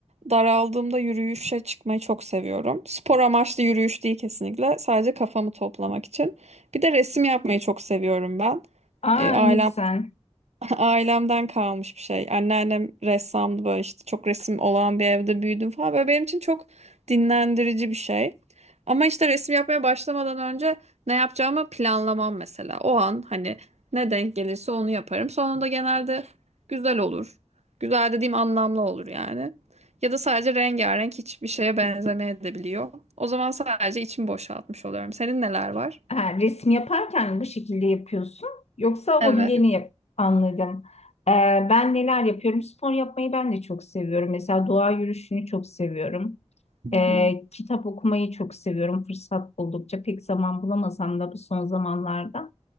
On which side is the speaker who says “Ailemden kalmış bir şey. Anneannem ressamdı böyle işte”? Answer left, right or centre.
Right